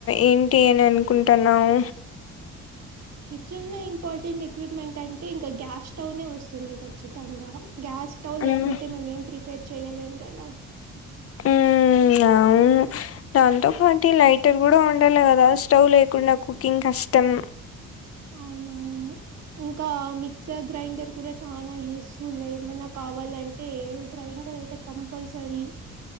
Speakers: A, on the left; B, on the right.
A: ఏంటి అని అనుకుంటానావ్
B: కిచెన్ లో ఇంపార్టెంట్ ఎక్విప్మెంట్ అంటే ఇంక గ్యాస్ స్టవ్ నే వస్తుంది ఖచ్చితంగా గ్యాస్ స్టవ్
A: హ్మ్.
B: లేకపోతే మేమేం ప్రిపేర్ చెయలేం కదా
A: ఉం అవును దాంతో పాటీ లైటర్ కూడ ఉండాలె కదా స్టవ్ లేకుండా కుకింగ్ కష్టం
B: అవునవును. ఇంకా మిక్సర్ గ్రైండర్ కూడ చానా యూస్ఫుల్ ఏ ఏమన్న కావాలంటే ఏ గ్రైండర్ అయితే కంపల్సరీ